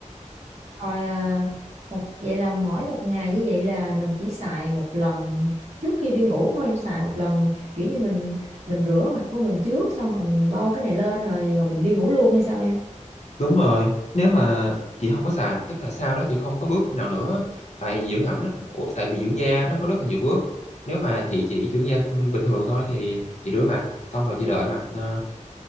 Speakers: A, on the right; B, on the left.
A: rồi à, một vậy là mỗi một ngày như vậy là mình chỉ xài một lần trước khi đi ngủ thôi em xài một lần kiểu như mình mình rửa mặt của mình trước xong rồi mình bo cái này lên rồi, rồi mình đi ngủ luôn hay sao em
B: Đúng rồi, nếu mà chị không có xài, tức là sau đó chị không có bước nào nữa, tại dưỡng ẩm nó, ủa, tại vì dưỡng da nó có rất là nhiều bước. Nếu mà chị chỉ dưỡng da ừ, bình thường thôi thì chị rửa mặt, xong rồi chị đợi mặt, ờ,